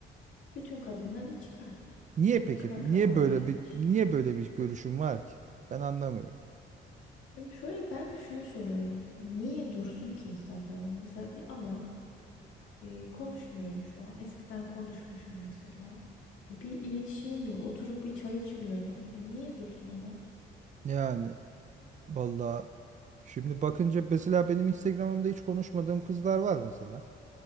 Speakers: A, on the left (about 90°); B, on the right (about 40°).
A: bütün kadınları çıkart.
B: Niye
A: Yakın
B: peki?
A: akrabalar
B: Niye böyle
A: hariç.
B: bir niye böyle bir görüşüm var ki? Ben anlamıyorum.
A: Şimdi şöyle ben de şunu soruyorum. Niye dursun ki Instagram'da? Mesela bir adam e, konuşmuyorum şu an. Eskiden konuşmuşum mesela. E, bir iletişimim yok. Oturup bir çay içmiyorum. E, niye dursun adam?
B: Yani vallahi şimdi bakınca mesela benim Instagram'ımda hiç konuşmadığım kızlar var mesela.